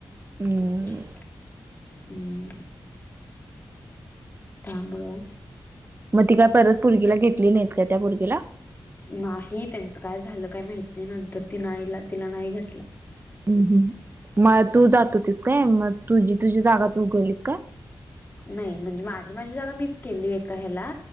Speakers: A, on the right; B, on the left.
A: हम्म
B: हम् त्यामुळं
A: मग ती काय परत पुर्गीला घेतली, नाहीत का त्या पुर्गीला?
B: नाही त्यांच काय झालं काय माहीती नाय नंतर ती नाहीला तिला नाही घेतलं.
A: हम् हम् म तू जात होतीस काय मग तुझी तुझी जागा तू केलीस काय?
B: नाय म्हणजे माझी माझी जागा मीच केली एका हेला